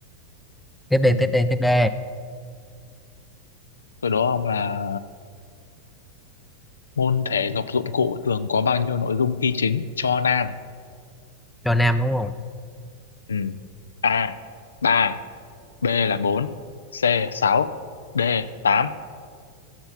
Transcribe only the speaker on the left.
ừ.
Từ đó ông là môn thể dục dụng cụ thường có bao nhiêu nội dung thi chính cho nam
ừ. A 3, B là 4, C 6, D 8.